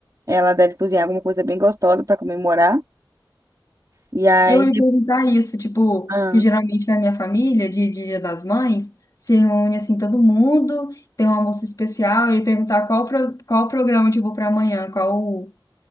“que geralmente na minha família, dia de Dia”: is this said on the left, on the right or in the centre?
Left